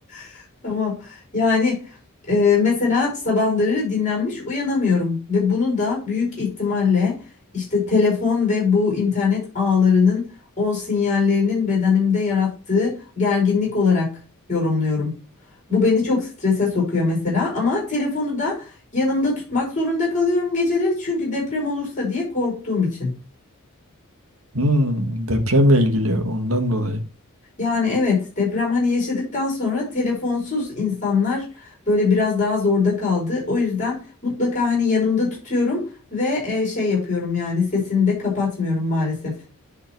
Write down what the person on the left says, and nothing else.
<laughs> Tamam. Yani e, mesela sabahları dinlenmiş uyanamıyorum ve bunu da büyük ihtimalle işte telefon ve bu internet ağlarının o sinyallerinin bedenimde yarattığı gerginlik olarak yorumluyorum. Bu beni çok strese sokuyor mesela ama telefonu da yanımda tutmak zorunda kalıyorum geceleri çünkü deprem olursa diye korktuğum için.
Yani evet deprem hani yaşadıktan sonra telefonsuz insanlar böyle biraz daha zorda kaldı. O yüzden mutlaka hani yanımda tutuyorum ve e, şey yapıyorum yani sesini de kapatmıyorum maalesef.